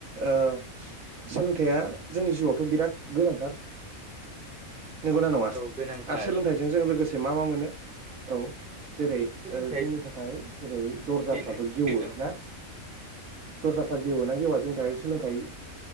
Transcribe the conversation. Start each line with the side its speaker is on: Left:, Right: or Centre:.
Right: ओ सोलोंथाइया जोंनि जिउआवथ' बिराद गोनांथार। नंगौना नङा
Centre: गोनांथार
Right: आरो सोलोंथाइजों जों लोगोसे से मा मा मोनो औ। जेरै ओ
Centre: सोलोंथाइ
Right: जोंनि थाखाय जेरै दरजाफ्राबो
Centre: बेनो
Right: गेवो
Centre: औ,
Right: ना? दरजाफ्रा गेवोना गेवा जोंनि थाखाय सोलोंथाइ